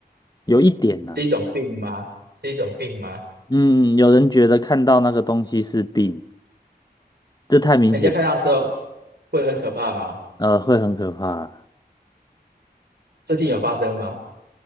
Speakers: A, on the left (about 25°); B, on the right (about 75°).
A: 有一点呐、
B: 是一种病吗？是一种病吗？
A: 嗯，有人觉得看到那个东西是病，这太明显，
B: 人家看到的时候会很可怕吗？
A: 呃，会很可怕。
B: 最近有发生吗？